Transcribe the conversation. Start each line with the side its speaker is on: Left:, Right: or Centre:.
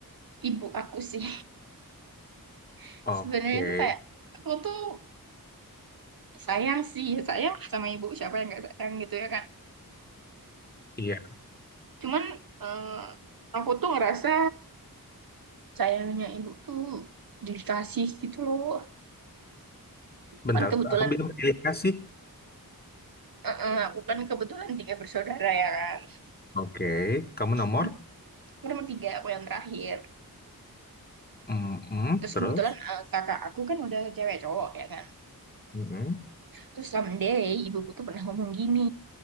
Right: Ibu aku sih. <laughs>
Left: oke.
Right: Sebenarnya itu kayak aku tuh Sayang sih, ya sayang lah sama ibu. Siapa yang nggak sayang gitu ya kan?
Left: Iya,
Right: Cuman eh, aku tuh ngerasa sayangnya ibu tuh dikasih gitu loh.
Left: bentar.
Right: Kan kebetulan,
Left: Kamu bilang pilih kasih.
Right: eh, eh, aku kan kebetulan tiga bersaudara ya kan.
Left: Oke, kamu nomor.
Right: Hmm, Aku nomor tiga, aku yang terakhir.
Left: Mm-mm,
Right: Terus
Left: terus,
Right: kebetulan eh, kakak aku kan udah cewek cowok ya kan.
Left: Mm-mm.
Right: Terus someday ibuku tuh pernah ngomong gini,